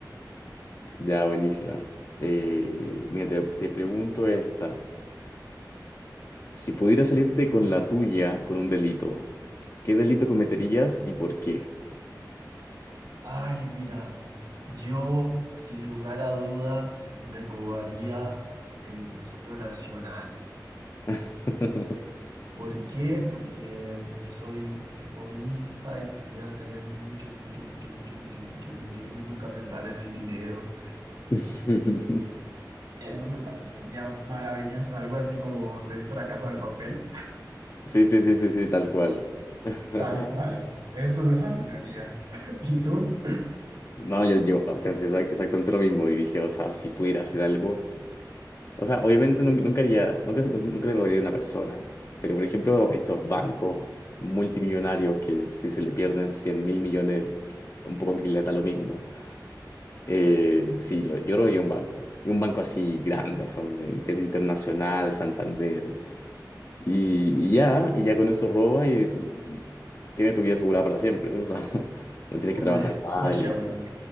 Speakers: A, on the left (about 45°); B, on the right (about 85°).
A: Ya, buenísima. Eh, mira, te, te pregunto esta. Si pudieras salirte con la tuya con un delito, ¿qué delito cometerías y por qué?
B: Ay, mira, yo sin lugar a dudas me robaría el Tesoro Nacional.
A: <laughs>
B: ¿Por qué? Porque, porque soy egoísta y quisiera tener mucho, mucho, mucho, mucho, mucho, mucho dinero y nunca pensar en el dinero.
A: Sí,
B: Entonces, Eso me parecería maravilloso, algo así como ¿te viste la casa de papel?
A: sí, sí, sí, sí, tal cual. <laughs>
B: Tal cual, eso me fascinaría. <laughs> ¿Y tú?
A: No, yo, yo ah, pensé exa- exactamente lo mismo y dije, o sea, si pudiera hacer algo. O sea, obviamente nun- nunca haría, nunca, nunca le robaría a una persona. Pero, por ejemplo, a estos bancos multimillonarios que si se le pierden 100 mil millones, un poco que les da lo mismo. Eh, sí, yo, yo robaría un banco. Y un banco así grande, o sea, un inter- internacional, Santander. Y, y ya, y ya con eso robas y tienes tu vida asegurada para siempre. O sea, <laughs> no tienes
B: Como
A: que trabajar
B: un Scotiabank.
A: más. y-